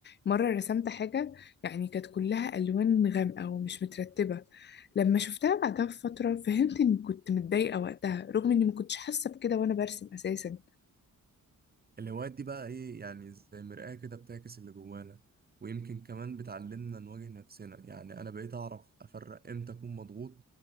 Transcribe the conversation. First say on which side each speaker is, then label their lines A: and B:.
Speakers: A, on the left (about 35°); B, on the right (about 30°).
A: مره رسمت حاجه يعني كانت كلها الوان غامقه ومش مترتبه لما شفتها بعدها بفتره فهمت اني كنت متضايقه وقتها رغم اني ما كنتش حاسه بكده وانا برسم اساسا
B: الهوايات دي بقى ايه يعني زي مرآة كده بتعكس اللي جوانا ويمكن كمان بتعلمنا نواجه نفسنا يعني انا بقيت اعرف افرق امتى اكون مضغوط